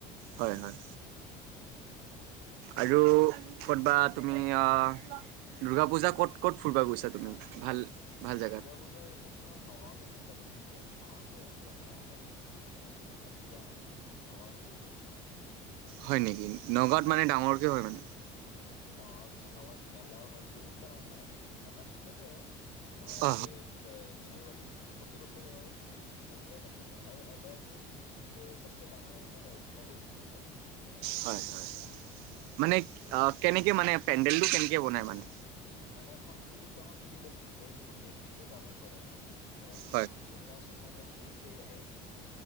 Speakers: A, on the right; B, on the left.
A: হয়, হয়। আৰু কৰ'তবা তুমি আহ দুূৰ্গা পূজা ক'ত, কত ফুব গৈছা তুমি? ভাল ভাল
B: দুূৰ্গা
A: জেগাত
B: পূজা এনেই তোমাৰ নলদ তে, ভাল লাগে দুৰ্গ ডাঙৰকে হয়তো আমাৰ ইয়াত গাহাটীত ইমান বেছি এনেকুৱা ফুৰা নাই নগাঁৱত বহুত ফুৰিছোঁ।
A: হয়, নেকি নগাঁৱ মানে ডাঙৰকে হয় মানে।
B: উম, বহুত ডাঙৰ আৰু তাৰপিছত নগত মেলাও হয় বহুত ডাঙৰ মানে। এটা ফিল্ডতে হয় আমাৰ
A: অ
B: এ, কি কয় নেহেৰুৱালী প্ৰতি বছৰে হয় কি বঢ়িয়া পাতে। আৰু এবাৰতো এ, চবচে ডাঙৰ মেলা হৈছিল, মই গৈছিলো তাত।
A: হয়, হয়, মানে কেনেকে মানে পেডেলটো কেনেকে বনাই মানে
B: মানে এখন বহুত ডাঙৰ ফিল্ড এখন থাকে। গোটেই ফিল্ডটো কাভাৰ কৰে। কাৰম
A: হয়
B: ঝুলনা, চুলনা একদম বহুত কে আহ